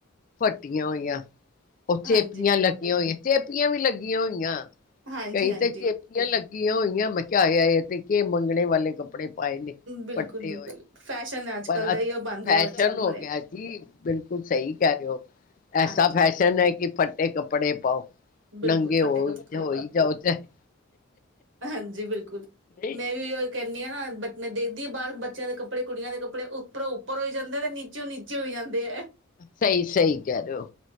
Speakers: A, on the left (about 40°); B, on the right (about 65°).
A: ਫੱਟੀਆਂ ਹੋਈਆਂ ਓ ਚੇਪੀਆਂ
B: ਹਾਂਜੀ
A: ਲੱਗੀਆਂ ਹੋਈਆਂ, ਚੇਪੀਆਂ ਵੀ ਲੱਗੀਆਂ ਹੋਈਆਂ।
B: ਹਾਂਜੀ
A: ਕਈ
B: ਹਾਂਜੀ
A: ਤੇ ਚੇਪੀਆਂ ਲੱਗੀਆਂ ਹੋਈਆਂ <inaudible> ਏ ਤੇ ਕੇ ਮੰਗਨੇ ਵਾਲੇ ਕੱਪੜੇ ਪਾਏ ਨੇ
B: ਬਿਲਕੁਲ
A: ਫੱਟੇ
B: ਬਿਲਕੁਲ
A: ਹੋਏ,
B: ਫੈਸ਼ਨ ਹੈ
A: ਪਰ
B: ਕੱਲ ਦਾ
A: ਅੱਜ
B: ਇਓ ਪਾਂਦੇ
A: ਫੈਸ਼ਨ
B: ਆ ਬੱਚੇ ਕੱਪੜੇ
A: ਹੋ ਗੇਆ ਜੀ ਬਿਲਕੁਲ ਸਹੀ ਕੈ ਰੇ ਓ ਐਸਾ
B: ਹਾਂਜੀ
A: ਫੈਸ਼ਨ ਹੈ ਕਿ ਫੱਟੇ ਕੱਪੜੇ ਪਾਓ
B: ਬਿਲਕੁਲ
A: ਨੰਗੇ
B: ਫਟੇ
A: ਹੋ
B: ਕੱਪੜੇ‌
A: ਹੋਈ
B: <inaudible>
A: ਜਾਓ ਚਾਹੇ
B: ਹਾਂਜੀ ਬਿਲਕੁਲ
A: ਨਹੀਂ
B: ਮੈਂ ਵੀ <inaudible> ਕੈਨੀ ਆਂ ਨਾ ਬ ਮੈਂ ਦੇਖਦੀ ਆ ਬਾਹਰ ਬੱਚਿਆਂ ਦੇ ਕੱਪੜੇ ਕੁੜੀਆਂ ਦੇ ਕੱਪੜੇ ਉੱਪਰੋਂ ਉੱਪਰ ਹੋਈ ਜਾਂਦੇ, ਤੇ ਨੀਚੇ ਨੀਚੇ ਹੋਈ ਜਾਂਦੇ ਐ।
A: ਸਹੀ, ਸਹੀ ਕਹਿ ਰੋਓ,